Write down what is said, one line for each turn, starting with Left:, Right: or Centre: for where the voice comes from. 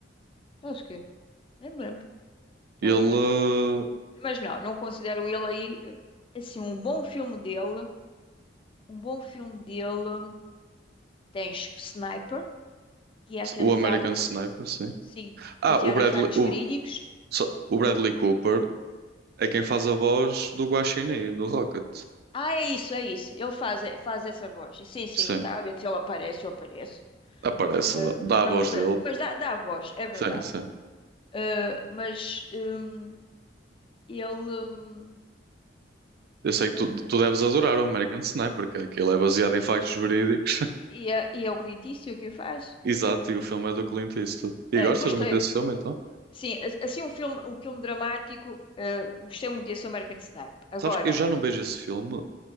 Left: acho que é. Nem me lembro, estás
Right: Ele.
Left: a ver?
Right: uh,
Left: Mas não, não considero ele aí, eh, assim, um bom filme dele. Um bom filme dele tens Sniper, que é realizado,
Right: O American
Left: pe-
Right: Sniper, sim.
Left: sim,
Right: Ah,
Left: baseado
Right: o Bradley,
Left: em factos
Right: o,
Left: verídicos.
Right: só- o Bradley Cooper é quem faz a voz do Guaxinim, do Rocket.
Left: Ah, é isso, é isso. Ele faz, faz essa voz. Sim, sim,
Right: Sim,
Left: tá a ver se ele aparece, eu apareço.
Right: aparece,
Left: Ah,
Right: dá dá a
Left: não
Right: voz
Left: me lembro.
Right: dele.
Left: Mas dá, dá a voz, é verdade.
Right: Sim, sim.
Left: Ah, mas hum, ele. hum,
Right: Eu sei que
Left: ah,
Right: tu, tu deves adorar o American Sniper, que aquilo é baseado em factos verídicos. <laughs>
Left: e, é, e é o Clint Eastwood que o faz.
Right: Exato, e o filme é do Clint Eastwood. E
Left: É,
Right: gostas
Left: gostei.
Right: muito desse filme, então?
Left: Sim, a- assim um filme, um filme dramático. ah, gostei muito desse American Sniper. Agora,
Right: Sabes que eu já não vejo esse filme.